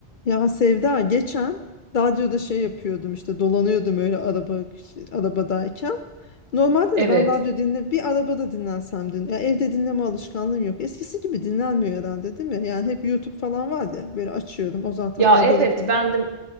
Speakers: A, on the left (about 55°); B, on the right (about 80°).
A: Ya Sevda geçen radyoda şey yapıyordum işte dolanıyordum öyle araba arabadayken. Normalde
B: Evet.
A: de ben radyo dinle bir arabada dinlensem din ya evde dinleme alışkanlığım yok. Eskisi gibi dinlenmiyor herhalde değil mi? Yani hep YouTube falan var ya böyle açıyorum o zaten
B: Ya
A: algoritma
B: evet ben de